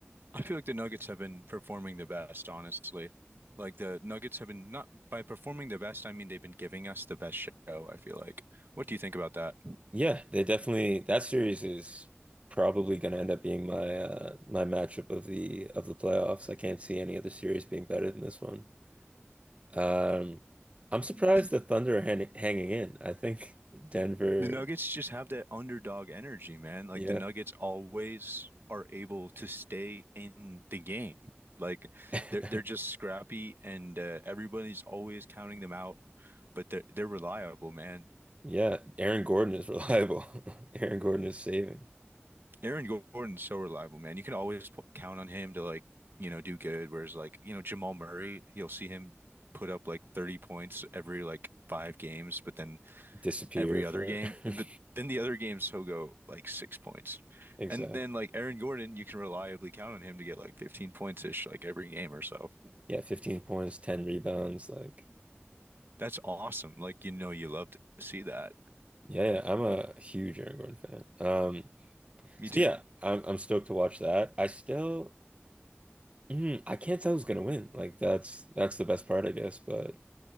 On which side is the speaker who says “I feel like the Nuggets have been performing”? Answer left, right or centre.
Right